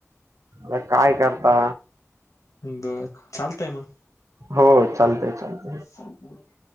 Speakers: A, on the right; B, on the left.
A: आता काय करता?
B: बर चालतय मग.
A: हो चालतय चालतय.
B: <unintelligible> <inaudible>